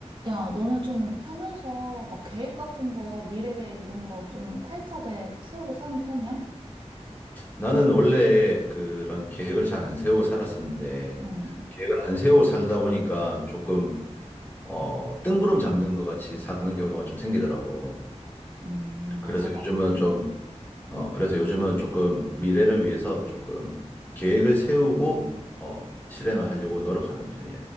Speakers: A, on the right; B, on the left.
A: 야, 너는 좀 살면서 막 계획 같은 거, 미래 계획 이런 거 좀 타이트하게 세우고 사는 편이야?
B: 나는 원래 그런 계획을 잘 안 세우고 살았었는데,
A: 음,
B: 계획을 안 세우고 살다 보니까 조금, 어, 뜬구름 잡는 것 같이 사는 경우가 좀 생기더라고.
A: 음,
B: 그래서
A: 맞아, 맞아.
B: 요즘은 좀, 어, 그래서 요즘은 조금 미래를 위해서 조금 계획을 세우고, 어, 실행을 하려고 노력하는 편이야.